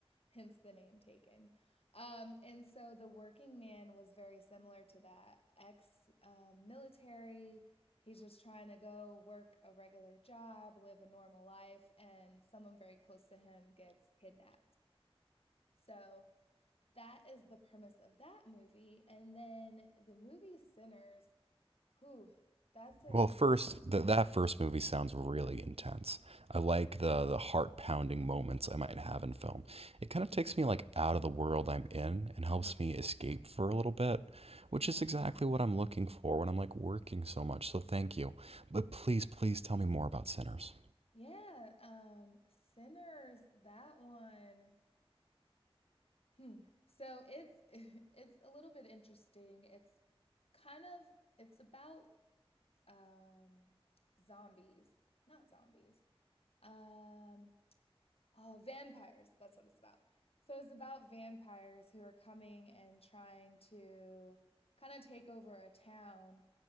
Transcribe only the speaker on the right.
Well, first, th that first movie sounds really intense. I like the the heart-pounding moments I might have in film. It kind of takes me like out of the world I'm in and helps
me escape for a little bit, which is exactly what I'm looking for when I'm like working so much. So thank you. But please, please tell me more about Sinners.